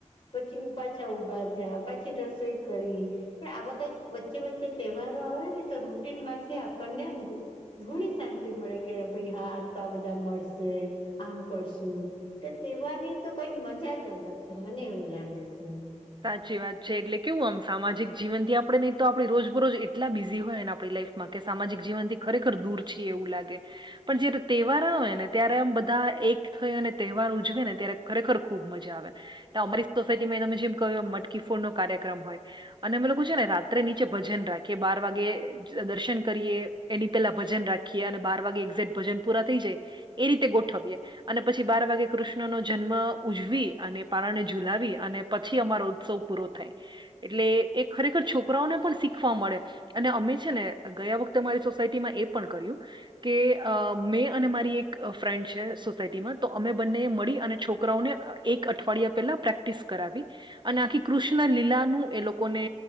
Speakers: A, on the left; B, on the right.
A: પછી ઉ પાછા ઉભા થયા પાછી રસોઈ કરી. ને આવા કાંઈક વચ્ચે વચ્ચે તહેવારો આવે ને તો રૂટીનમાંથી આપણને ઘણી શાંતિ મળે કે ભાઈ હા તા બધાં મળશે, આમ કરશું. કે તહેવારની તો કઈ મજા જ અલગ છે મને એવું લાગે સે.
B: સાચી વાત છે એટલે કેવું આમ સામાજિક જીવનથી આપડણે નહી તો આપડી રોજબરોજ એટલા બિઝી હોય ને આપણી લાઈફ માં કે સામાજિક જીવન થી ખરેખર દૂર છ એવું લાગે પણ જયારે તહેવાર હોય ને ત્યારે આમ બધા એક થઈ અને તહેવાર ઉજવે ને ત્યારે ખરેખર ખુબ મજા આવે તો અમારી સોસાયટી માં તમે જેમ મટકી ફોડ નો કાર્યક્રમ હોય અને અમે લોકો છે ને રાત્રે નીચે ભજન રાખીએ બાર વાગે દર્શન કરીએ એની પેલા ભજન રાખીએ અને બાર વાગે એક્ઝેક્ટ ભજન પૂરા થઈ જાય એ રીતે ગોઠવીએ અને પછી બાર વાગે કૃષ્ણનો જન્મ ઉજવી અને પારણને જઝુલાવી અને પ પછી અમારો ઉત્સવ પૂરો થાય એટલે એ ખરેખર છોકરાઓને પણ શીખવા મળે અને અમે છે ને ગયા વખતે મારી સોસાયટીમાં એ પણ કર્યું કે મેં અને મારી એક ફ્રેન્ડ છે સોસાયટીમાં તો અમે બંને મળી અને છોકરાઓને એક અઠવાડિયા પેલા પ્રેક્ટિસ કરાવી અને આખી કૃષ્ણ લીલા નું એ લોકોને